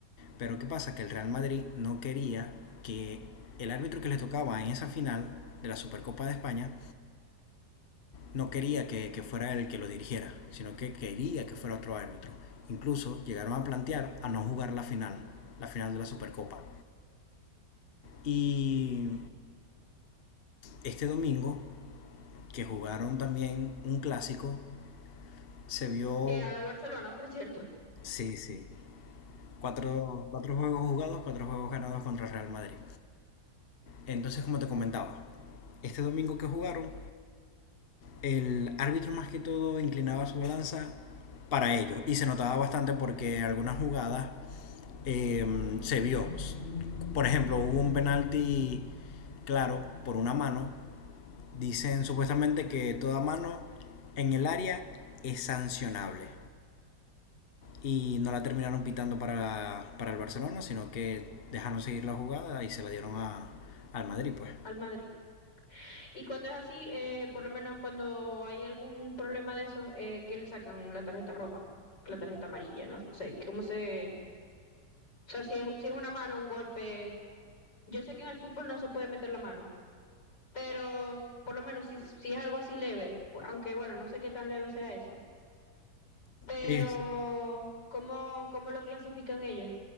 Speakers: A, on the left; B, on the left.
A: Pero ¿qué pasa? Que el Real Madrid no quería que el árbitro que les tocaba en esa final de la Supercopa de España no quería que, que fuera el que lo dirigiera, sino que quería que fuera otro árbitro. Incluso llegaron a plantear a no jugar la final, la final de la Supercopa. Y este domingo, que jugaron también un clásico, se vio,
B: Que ganó el Barcelona, por cierto,
A: sí, sí, cuatro, cuatro juegos jugados, cuatro juegos ganados contra el Real Madrid. Entonces, como te comentaba, este domingo que jugaron, el árbitro más que todo inclinaba su balanza para ellos y se notaba bastante porque algunas jugadas eh, se vio. Por ejemplo, hubo un penalti claro por una mano Dicen supuestamente que toda mano en el área es sancionable. Y no la terminaron pitando para, para el Barcelona, sino que dejaron seguir la jugada y se la dieron a, al Madrid, pues.
B: al Madrid. Y cuando es así, eh, por lo menos cuando hay algún problema de esos, eh, ¿qué le sacan la tarjeta roja? La tarjeta amarilla, no sé, ¿cómo se...? O sea, si es, si es una mano, un golpe... Yo sé que en el fútbol no se puede meter la mano, pero por lo menos si, si es algo así leve, aunque bueno, no sé qué tan leve sea eso, pero
A: Es-
B: ¿cómo, cómo lo clasifican ellos?